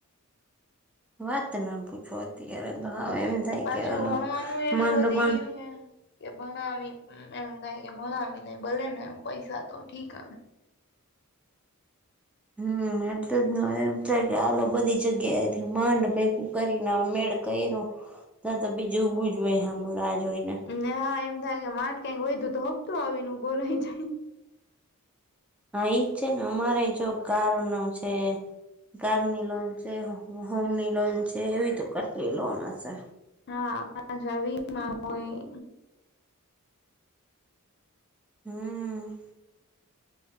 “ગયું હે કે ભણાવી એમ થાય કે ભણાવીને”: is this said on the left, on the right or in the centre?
Left